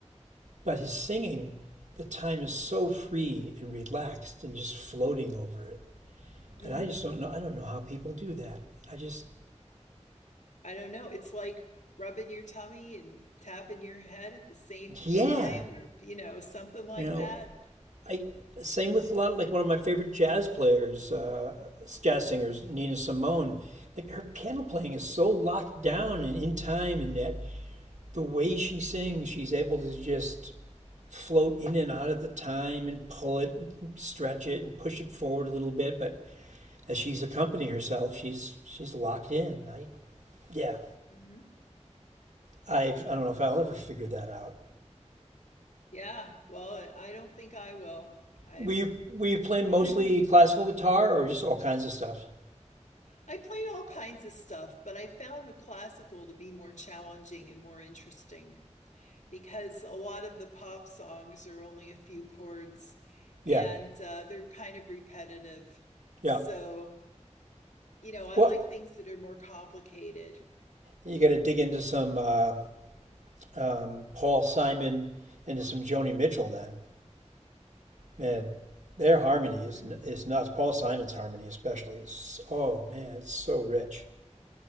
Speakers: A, on the right (about 90°); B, on the left (about 85°).
A: but his singing, the time is so free and relaxed and just floating over it.
B: hmm
A: And I just don't know. I don't know how people do that. I just
B: i don't know it's like rubbing your tummy and tapping your head at the same
A: yeah,
B: time or you know something like
A: you know,
B: that
A: I same with a lot of like one of my favorite jazz players, uh, jazz singers, Nina Simone. Like her piano playing is so locked down and in time, and that the way she sings, she's able to just float in and out of the time and pull it, and stretch it, and push it forward a little bit. But as she's accompanying herself, she's she's locked in. I yeah,
B: hmm
A: I've I don't know if I'll ever figure that out.
B: yeah well i don't think i will i've
A: Were you were you playing
B: <laughs>
A: mostly classical guitar or just all kinds of stuff?
B: I played all kinds of stuff, but I found the classical to be more challenging and more interesting. because a lot of the pop songs are only a few chords
A: Yeah,
B: and uh, they're kind of repetitive.
A: yeah.
B: So, you know, I
A: Well,
B: like things that are more complicated.
A: You got to dig into some uh, um, Paul Simon, into some Joni Mitchell. Then, man, their harmony is
B: Mhm.
A: is nuts. Paul Simon's harmony, especially, is oh man, it's so rich.